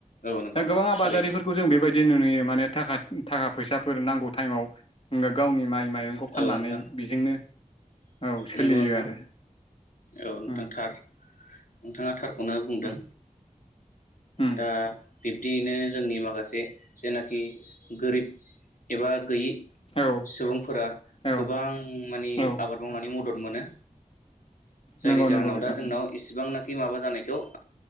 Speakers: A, on the left; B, on the left.
A: औ नोंथां
B: दा गोबां
A: थारैनो
B: आबादारिफोरखौ जों बेबायदि दि नु-नुयो माने थाखा-थाखा फैसा फोरों नांगौ टाइमाव गावनि माइ माइ र फाननानै
A: औ नोंथां
B: बेजोंनो औ सोलियो
A: नंगौ नोंथां
B: आरो
A: औ नोंथां
B: उम
A: थार। नोंथाङा थार खौनो बुंदों।
B: उम उम
A: दा बिबदियैनो जोंनि माखासे जेनाखि गोरिब एबा गैयि
B: औ
A: सुबुंफोरा
B: औ
A: गोबां माने
B: औ
A: आबाद मावनानै मदद मोनो जायनि
B: नंगौ
A: जाहोनाव
B: नंगौ नोंथां
A: दा जोंनाव इसिबांनाखि माबा जानाय द ओह